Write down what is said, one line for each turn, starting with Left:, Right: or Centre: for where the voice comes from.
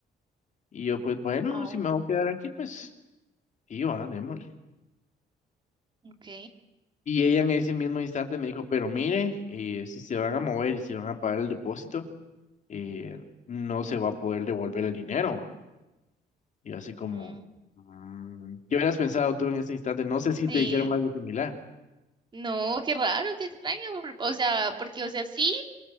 Left: Y yo, pues bueno,
Right: Oh.
Left: si me voy a quedar aquí, pues sí, va, démosle.
Right: Ok.
Left: Y ella en ese mismo instante me dijo, pero mire, eh, si se van a mover y si van a pagar el depósito. eh, no se va a poder devolver el dinero. ¿no? Y así como,
Right: Mm,
Left: mm, ¿qué hubieras pensado tú en ese instante? No sé si
Right: sí.
Left: te dijeron algo similar.
Right: No, qué raro, qué extraño. por- O sea, porque, o sea, sí,